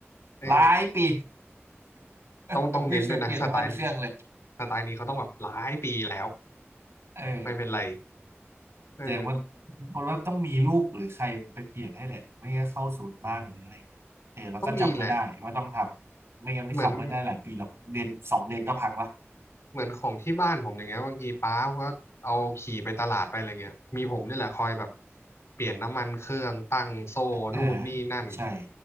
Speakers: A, on the left; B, on the right.
A: เออ
B: หลายปี
A: ต้องต้องเน้นด้วยนะสไตล์นี้
B: <laughs> ไม่เคยเปลี่ยนน้ำมันเครื่องเลย
A: สไตล์นี้เขาต้องแบบหลายปีแล้ว
B: เออ
A: ไม่เป็นไรเออ
B: แต่มันมันว่าต้องมีลูกหรือใครมันไปเปลี่ยนให้แหละไม่งั้นเข้าศูนย์บ้างหรืออะไรเออแล้วก็จำไม่ได้ว่าต้องทำไม่งั้นมันทำไม่ได้หลายปีหรอกเดือนสองเดือนก็พังละ
A: ต้องมีแหละเหมือน เหมือนของที่บ้านผมอย่างเงี้ยบางทีป้าก็เอาขี่ไปตลาดไปอะไรเงี้ยมีผมนี่แหละคอยแบบเปลี่ยนน้ำมันเครื่องตั้งโซ่นู่นนี่นั่น
B: เออใช่